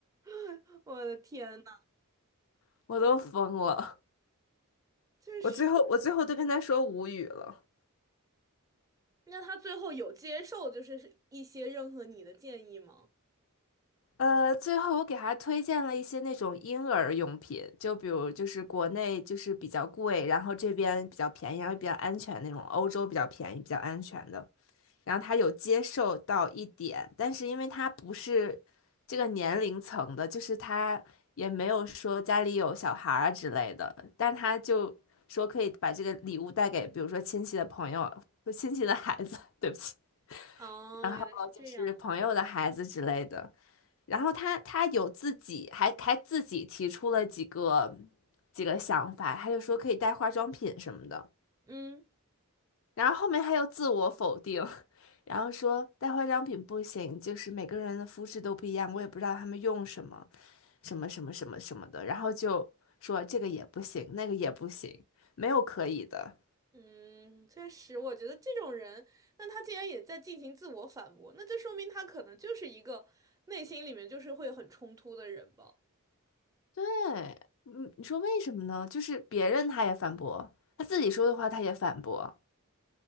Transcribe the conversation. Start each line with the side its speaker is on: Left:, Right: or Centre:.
Right: <laughs> 我的天呐，
Left: <laughs> 我都疯了。
Right: 确是。
Left: 我最后我最后都跟他说无语了。
Right: 那他最后有接受就是一些任何你的建议吗？
Left: 呃，最后我给他推荐了一些那种婴儿用品，就比如就是国内就是比较贵，然后这边比较便宜，然后比较安全那种，欧洲比较便宜、比较安全的。然后他有接受到一点，但是因为他不是这个年龄层的，就是他也没有说家里有小孩儿啊之类的，但他就说可以把这个礼物带给，比如说亲戚的朋友、不亲戚的孩子，<laughs> 对不起，
Right: 哦，
Left: 然后就是朋友的孩子之类的。
Right: 原来是这样。
Left: 然后他他有自己还还自己提出了几个几个想法，他就说可以带化妆品什么的。
Right: 嗯
Left: 然后后面他又自我否定，<laughs> 然后说带化妆品不行，就是每个人的肤质都不一样，我也不知道他们用什么什么什么什么什么的，然后就说这个也不行，那个也不行，没有可以的。
Right: 嗯，确实，我觉得这种人，那他既然也在进行自我反驳，那就说明他可能就是一个内心里面就是会很冲突的人吧。
Left: 对，嗯，你说为什么呢？就是别人他也反驳，他自己说的话他也反驳